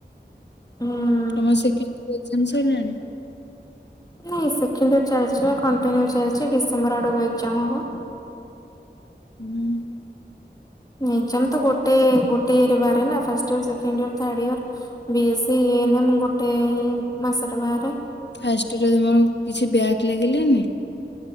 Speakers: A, on the left; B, on the left.
A: ହୁଁ।
B: ତମ ସେ ସେକଣ୍ଡିୟର ଏକ୍ଜାମ ସଇଲାଣି?
A: ନାଇଁ ସେକେଣ୍ଡିଇୟର ଚାଲିଛି। ବା କଣ୍ଟିନ୍ୟୁ ଚାଲିଛି ଡିସେମ୍ବର ଆଡକୁ ଏକ୍ଜାମ ହବ।
B: ହୁଁ।
A: ଏକ୍ଜାମ ତ ଗୋଟେ ଗୋଟେ ଇୟରେ ବାହାରେ ନା ଫାଷ୍ଟ ଇୟର ସେକେଣ୍ଡି ଇୟର ଥାଡ଼ ଇୟର। ବିଏସି ଏନମ୍ ମେ ଗୋଟେଇ ମାସରେ ବାହାରେ।
B: ଫାଷ୍ଟରେ ମୋର କିଛି ବ୍ୟାକ୍ ଲେଗେଲେନି।